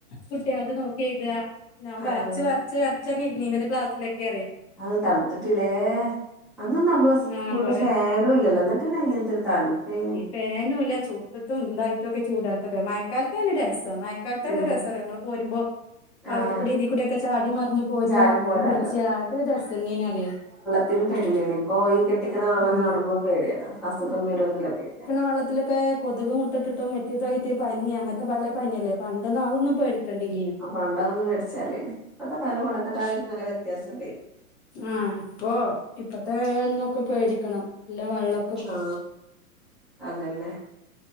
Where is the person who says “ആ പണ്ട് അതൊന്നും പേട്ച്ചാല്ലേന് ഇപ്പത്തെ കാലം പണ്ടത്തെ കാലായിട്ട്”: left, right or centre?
Centre